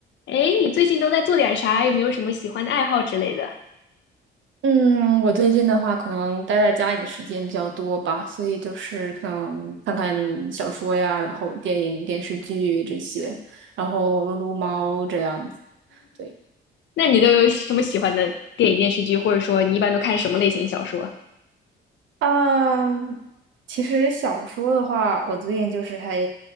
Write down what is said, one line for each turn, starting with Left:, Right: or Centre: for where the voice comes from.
Left: 哎，你最近都在做点啥？有没有什么喜欢的爱好之类的？
Right: 嗯，我最近的话，可能待在家里的时间比较多吧，所以就是可能看看小说呀，然后电影、电视剧这些，然后撸撸猫这样子。对，
Left: 那你都有什么喜欢的电影、电视剧，或者说你一般都看什么类型小说？
Right: 嗯，其实小说的话，我最近就是还